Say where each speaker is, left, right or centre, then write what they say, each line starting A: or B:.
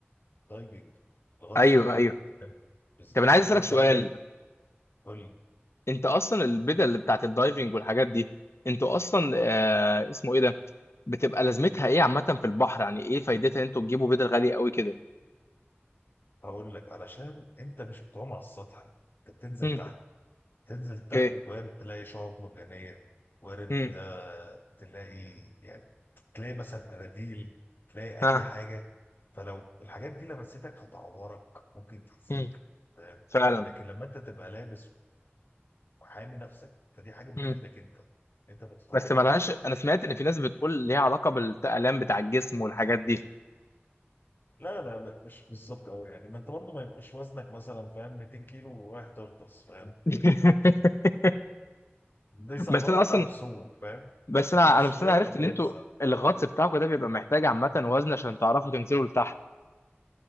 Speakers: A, on the left; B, on the left.
A: الدايفنج الغطس
B: ايوه ايوه
A: فاهم؟ بس
B: طب انا
A: يعني
B: عايز اسالك
A: انت
B: سؤال
A: عندك قول لي
B: انت اصلا البدل اللي بتاعت الدايفنج والحاجات دي انتوا اصلا آه اسمه ايه ده بتبقى لازمتها ايه عامه في البحر يعني ايه فايدتها ان انتوا تجيبوا بدل غاليه قوي كده
A: هقول لك علشان انت مش بتعوم على السطح انت بتنزل
B: امم
A: تحت تنزل تحت
B: اوكي
A: وارد تلاقي شعاب مرجانية وارد
B: امم
A: آه، تلاقي يعني تلاقي مثلا أناديل تلاقي
B: ها
A: أي حاجة فلو الحاجات دي لمستك هتعورك ممكن تأذيك
B: امم
A: فاهم
B: فعلا
A: لكن لما أنت تبقى لابس وحامي نفسك فدي حاجة بتفيدك
B: امم
A: أنت أنت ما بتتعورش
B: بس ملهاش انا
A: فاهم
B: سمعت ان في ناس بتقول ليها علاقه بالالام بتاع الجسم والحاجات دي
A: لا لا لا مش بالظبط قوي يعني ما أنت برضه ما يبقاش وزنك مثلا فاهم 200 كيلو ورايح تغطس فاهم
B: <laughs>
A: دي صعبة
B: بس انا
A: روح العب
B: اصلا
A: سومو فاهم
B: بس
A: لكن
B: انا
A: مش
B: انا بس
A: رياضتك
B: انا عرفت ان
A: اللي
B: انتوا
A: انت
B: الغطس بتاعكم ده بيبقى محتاج عامه وزن عشان تعرفوا تنزلوا لتحت